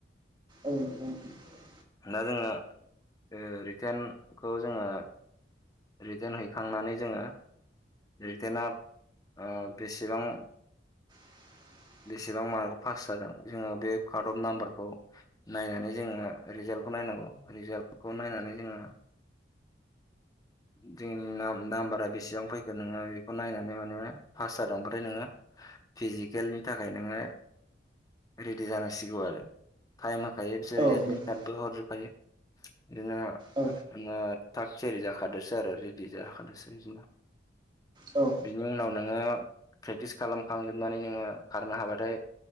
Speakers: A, on the right; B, on the left.
A: औ नोंगौ नोंथां।
B: दा जोङो ओ रिटेनखौ जोङो रिटेन हैखांनानै जोङो रिटेना ओ बेसेबां
A: <inaudible>
B: बेसेबां मार्कआव पास जादों जोङो बे कार्ड अफ नाम्बारखौ नायनानै जोङो रिजाल्टखौ नायनांगौ रिजाल्खौ नायनानै जोङो जोंनि नाम नाम्बारा बेसेबां फैखो नोङो बेखौ नायनानै माने पास जादों बाथाय नोङो फिजिकेलनि थाखाय नोङो रेडि जानांसिगौ आरो टाइमा थायो बिसोर
A: औ
B: एडमिट
A: नंगौ
B: कार्डबो हरजोबखायो बिदिनो
A: औ
B: नोङो थाग थियारि जाखादोसो आरो रेडि जाखादसो बिदिनो।
A: औ।
B: बिनि उनाव नोङो प्रेक्टिस खालामखांजोबनानै जोङो खारनो हाबाथाय